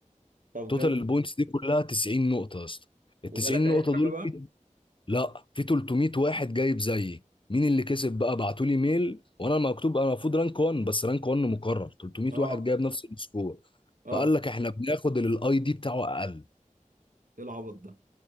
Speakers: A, on the right (about 80°); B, on the left (about 40°).
A: طب
B: توتال
A: جامد
B: البوينتس دي كلها 90 نقطه يا اسطى ال
A: وجالك
B: 90
A: اي
B: نقطه
A: حاجه
B: دول
A: بقى
B: لا في 300 واحد جايب زيي مين اللي كسب بقى بعتوا لي ميل وانا مكتوب انا المفروض رانك 1 بس رانك 1 مكرر 300
A: اه
B: واحد جايب نفس السكور
A: اه
B: فقال لك احنا بناخد اللي الاي دي بتاعه اقل
A: ايه العبط ده